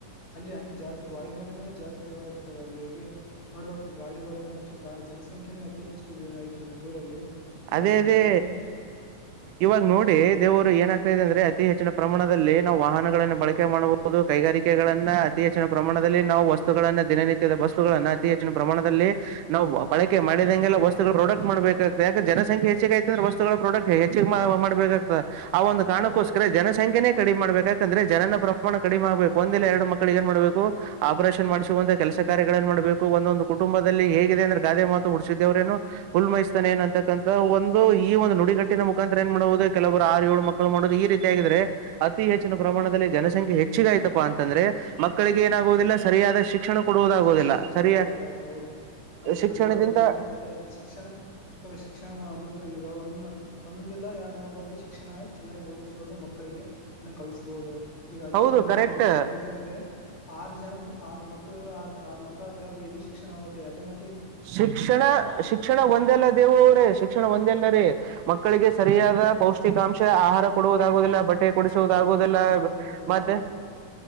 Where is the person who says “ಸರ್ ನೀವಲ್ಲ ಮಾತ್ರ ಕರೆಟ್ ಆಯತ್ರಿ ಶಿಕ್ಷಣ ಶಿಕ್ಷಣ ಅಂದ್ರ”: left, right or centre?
Left